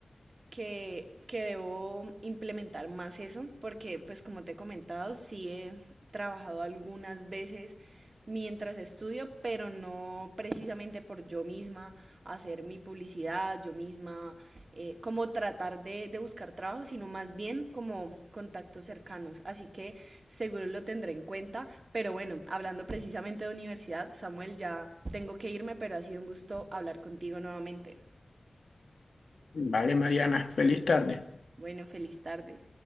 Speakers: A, on the right (about 70°); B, on the left (about 70°).
A: que, que debo implementar más eso, porque pues como te he comentado, sí he trabajado algunas veces mientras estudio, pero no precisamente por yo misma hacer mi publicidad, yo misma eh, como tratar de, de buscar trabajo, sino más bien como contactos cercanos. Así que seguro lo tendré en cuenta, pero bueno, hablando precisamente de universidad, Samuel, ya tengo que irme, pero ha sido un gusto hablar contigo nuevamente.
B: Vale, Mariana, feliz tarde.
A: Bueno, feliz tarde.